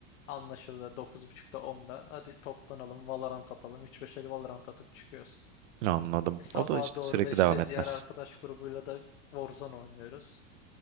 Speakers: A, on the left; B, on the right.
A: Anlaşıyoruz da dokuz buçukta onda. Hadi toplanalım Valorant atalım. Üç beş el Valorant atıp çıkıyoruz.
B: Anladım.
A: E, sabaha
B: O da işte
A: doğru
B: sürekli
A: da işte
B: devam etmez.
A: diğer arkadaş grubuyla da Warzone oynuyoruz.